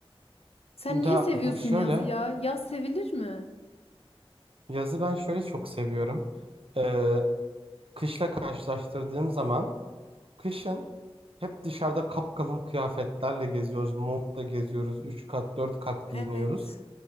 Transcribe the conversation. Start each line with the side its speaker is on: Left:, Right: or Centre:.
Left: Sen niye
Right: Ya
Left: seviyorsun
Right: şöyle
Left: yazı ya? Yaz sevilir mi?
Right: yazı ben şöyle çok seviyorum. Ee, kışla karşılaştırdığım zaman kışın hep dışarıda kapkalın kıyafetlerle geziyoruz. Montla geziyoruz. üç kat 4 kat
Left: Evet,
Right: giyiniyoruz.